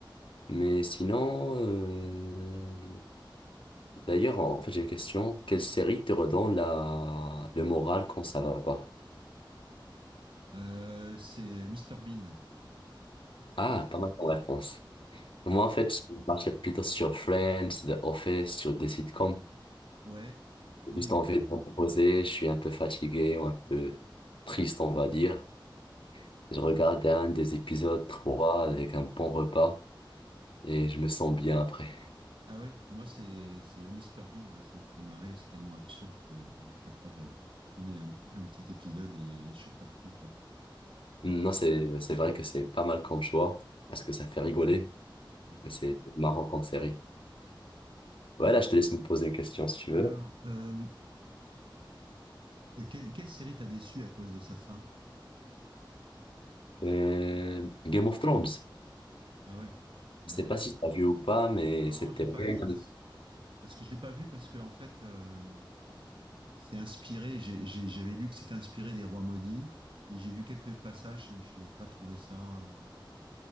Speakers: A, on the left; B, on the right.
A: Mais sinon, euh, d'ailleurs, en fait, j'ai une question. Quelle série te redonne la... le moral quand ça va pas?
B: Euh, c'est Mister Bean.
A: Ah, pas mal comme réponse. Moi, en fait, je vais partir plutôt sur Friends, The Office, sur des sitcoms.
B: Ouais.
A: J'ai
B: Oui,
A: juste
B: oui.
A: envie de me reposer, je suis un peu fatigué ou un peu triste, on va dire. Je regarde un des épisodes 3 avec un bon repas et je me sens bien après.
B: Ah ouais, moi c'est euh, c'est Mister Bean là, ça me fait marrer, c'est tellement absurde que voilà, chaque fois je, je mets un, un petit épisode et, je suis reparti quoi.
A: Non, c'est, c'est vrai que c'est pas mal comme choix parce que ça fait rigoler,
B: Ouais.
A: mais c'est marrant en série. Voilà, je te laisse me poser une question si tu
B: Alors,
A: veux.
B: euh, quelle, quelle série t'a déçu à cause de sa fin?
A: Euh, Game of Thrones.
B: Ah ouais, ouais.
A: Je sais pas si tu as vu ou pas, mais
B: Non,
A: c'était
B: j'ai
A: vraiment...
B: pas vu parce parce que je l'ai pas vu parce que en fait euh, euh, c'est inspiré, j'ai- j'ai- j'avais lu que c'était inspiré des Rois maudits et j'ai vu quelques passages, j'ai pas trouvé ça euh,